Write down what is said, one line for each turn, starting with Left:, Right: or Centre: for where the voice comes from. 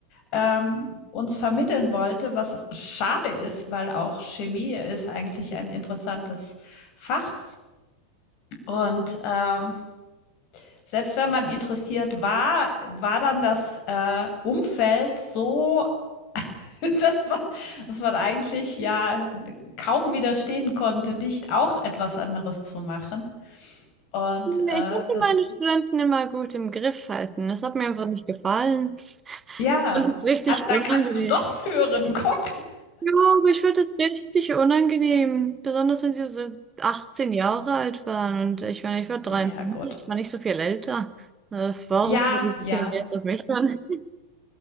Left: ähm, uns vermitteln wollte, was schade ist, weil auch Chemie ist eigentlich ein interessantes Fach. Und ähm, selbst wenn man interessiert war, war dann das äh, Umfeld so <laughs> Das war, dass man eigentlich ja kaum widerstehen konnte, nicht auch etwas anderes zu machen. Und
Right: Nee,
Left: äh,
Right: Ich konnte
Left: das,
Right: meine Studenten immer gut im Griff halten. Das hat mir einfach nicht gefallen
Left: ja,
Right: und es ist richtig
Left: also dann
Right: unangenehm.
Left: kannst du doch führen, guck.
Right: Ja, aber ich fand das richtig unangenehm. Besonders wenn sie so 18 Jahre alt waren. Und ich meine, ich war 23,
Left: Ja, gut.
Right: ich war nicht so viel älter. Äh, Warum
Left: Ja,
Right: sollen die
Left: ja.
Right: Kinder jetzt auf mich hören? <laughs>